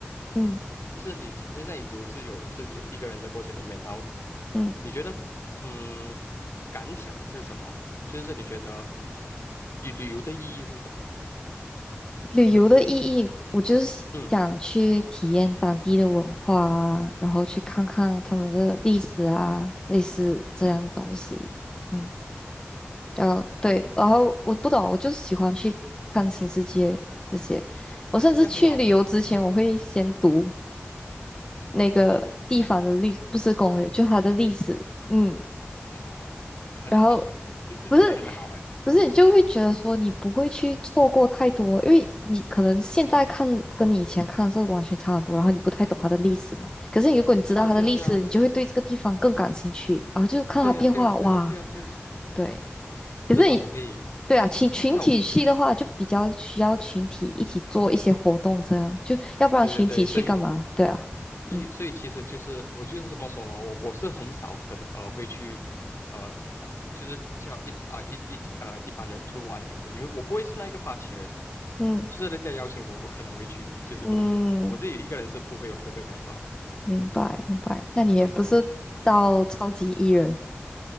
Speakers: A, on the left (about 20°); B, on the left (about 80°).
A: <laughs> 嗯
B: 就是你现现在已经是有自己一个人的过程里面，然后
A: 嗯。
B: 你觉得，嗯，感想是什么呢？就是你觉得旅旅游的意义是什么？
A: 旅游的意义，我就是想去体验当地的文化啊，
B: 嗯
A: 然后去看看他们的历史啊，类似这样的东西。
B: 嗯，
A: 嗯，然后对，然后我不懂，我就是喜欢去看新世界这些。我甚至去旅游之前，
B: 这样很好啊
A: 我会先读那个地方的历，
B: 攻略
A: 不是攻略，就它的历史。
B: 历史
A: 嗯，
B: 很好哎，很好哎，
A: 然后
B: 你历史真的很好哎。
A: 不是不是，你就会觉得说你不会去错过太多，因为你可能现在看跟你以前看是完全差很多，然后你不太懂它的历史嘛。可是如果你知道它的历史，
B: 对啊对啊对啊
A: 你就会对这个地方更感兴趣，然后就看它变化，
B: 对啊对啊对啊对啊对啊，
A: 哇，对。可是你
B: 至少我可以，
A: 对啊，群群体去的话，
B: 至少我
A: 就比较需要群体一起做一些活动，这样就要不然群体去干嘛？
B: 对对对，所以
A: 对啊，
B: 所以所以其实就是我就是这么说嘛，
A: 嗯
B: 我我是很少可能呃会去。呃。就是叫一啊、一一呃一般人去玩这样子，因为我不会是那一个发起人，
A: 嗯
B: 就是人家邀请我，我可能会去，就是这么简单。
A: 嗯，
B: 我自己一个人是不会有这个想法的。
A: 明白明白。那你也不是到超级艺人